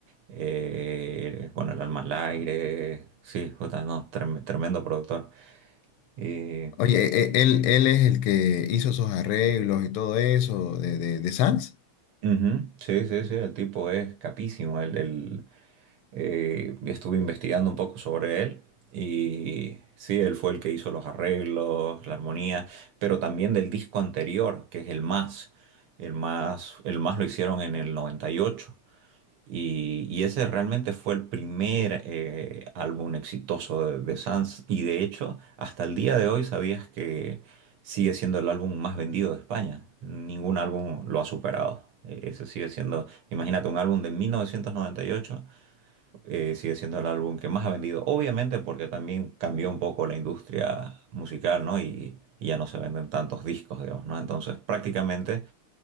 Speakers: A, on the right (about 75°); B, on the left (about 85°).
A: eh, bueno, El Alma al Aire, sí, jota, no, trem- tremendo productor. Eh,
B: Oye, e- e- él, él es el que hizo esos arreglos y todo eso de, de, de Sanz.
A: Ujú, Sí, sí, sí, el tipo es capísimo. El, el, eh, estuve investigando un poco sobre él y sí, él fue el que hizo los arreglos, la armonía, pero también del disco anterior, que es el Más. El Más, el Más lo hicieron en el 98. Y, y ese realmente fue el primer eh, álbum exitoso de, de Sanz. Y de hecho, hasta el día de hoy sabías que sigue siendo el álbum más vendido de España. Ningún álbum lo ha superado. Eh, Ese sigue siendo, imagínate, un álbum de 1998, eh, sigue siendo el álbum que más ha vendido. Obviamente porque también cambió un poco la industria musical, ¿no? Y, y ya no se venden tantos discos, digamos, ¿no? Entonces, prácticamente